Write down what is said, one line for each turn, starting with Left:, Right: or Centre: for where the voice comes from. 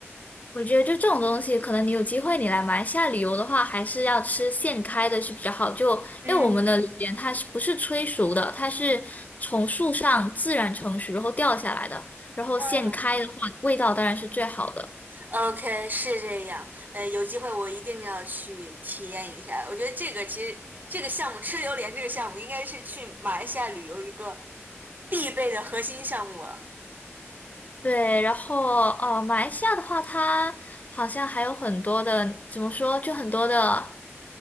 Left: 我觉得就这种东西，可能你有机会你来马来西亚旅游的话，还是要吃现开的是比较好。就因为我们的榴莲它是不是催熟的，
Right: 嗯，
Left: 它是从树上自然成熟然后掉下来的，然后现开的话，
Right: 嗯。
Left: 味道当然是最好的。
Right: OK，是这样。呃，有机会我一定要去体验一下。我觉得这个其实这个项目吃榴莲这个项目应该是去马来西亚旅游一个必备的核心项目了。
Left: 对，然后哦，马来西亚的话，它好像还有很多的，怎么说，就很多的